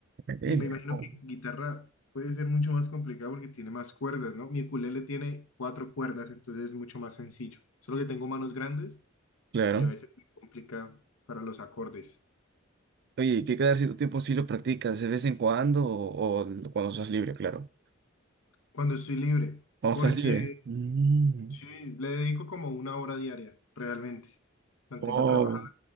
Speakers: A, on the right; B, on the left.
A: Increíble.
B: y me imagino
A: Oh.
B: que guitarra puede ser mucho más complicado porque tiene más cuerdas, ¿no? Mi ukulele tiene cuatro cuerdas, entonces es mucho más sencillo. Solo que tengo manos grandes
A: Claro.
B: y a veces me complica para los acordes.
A: Oye, ¿y ¿qué quedar si tu tiempo sí lo practicas de vez en cuando o, o cuando estás libre, claro?
B: Cuando estoy libre,
A: Cuando
B: porque
A: estás libre. Mm.
B: sí, le dedico como una hora diaria, realmente. Mantengo
A: Wow.
B: trabajando